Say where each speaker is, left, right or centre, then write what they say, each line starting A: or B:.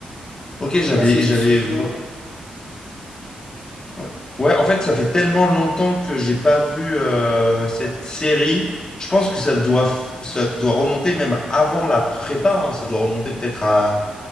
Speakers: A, on the left; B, on the left.
A: Ok,
B: je
A: j'avais,
B: sais pas si tu
A: j'avais.
B: te souviens,
A: v- Ouais. Ouais, en fait, ça fait tellement longtemps que j'ai pas vu euh, cette série. Je pense que ça doit, f- ça doit remonter même avant la prépa. hein. Ça doit remonter peut-être à,